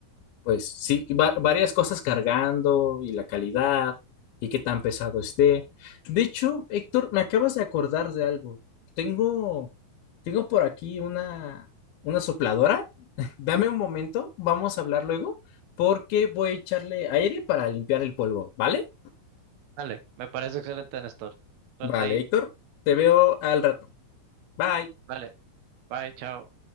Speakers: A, on the left; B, on the right.
A: pues sí, va- varias cosas cargando y la calidad y qué tan pesado esté. De hecho, Héctor, me acabas de acordar de algo. Tengo, tengo por aquí una, una sopladora. <laughs> Dame un momento, vamos a hablar luego, porque voy a echarle aire para limpiar el polvo, ¿vale?
B: Dale, me parece excelente, Néstor. Suerte
A: Vale,
B: ahí.
A: Héctor, te veo al rato. Bye.
B: Vale, bye, chao.